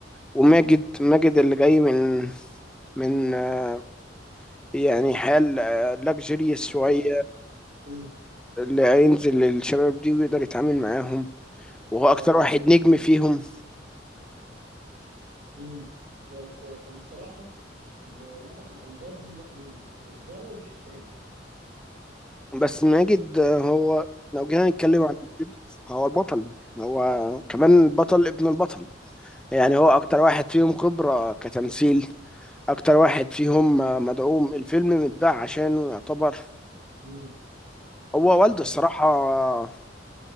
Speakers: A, in the centre; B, on the right (about 65°).
A: وماجد
B: امم
A: ماجد اللي جاي من من آه، يعني حال لاكجيريس شوية
B: طبعا امم
A: اللي هينزل للشباب دي ويقدر يتعامل معاهم وهو
B: ده
A: أكتر
B: كان
A: واحد نجم
B: حد
A: فيهم
B: امم بس كان الصراحه اللي لفت الانظار هما اتنين كزبره وششتاوي
A: بس ماجد آه، هو لو جينا نتكلم
B: هو البطل
A: على ماجد هو البطل هو
B: امم
A: كمان البطل ابن البطل يعني هو
B: بالظبط
A: أكتر واحد فيهم خبرة كتمثيل أكتر واحد فيهم آه، مدعوم الفيلم متباع عشانه يعتبر
B: امم
A: هو والده
B: بس
A: الصراحة آه،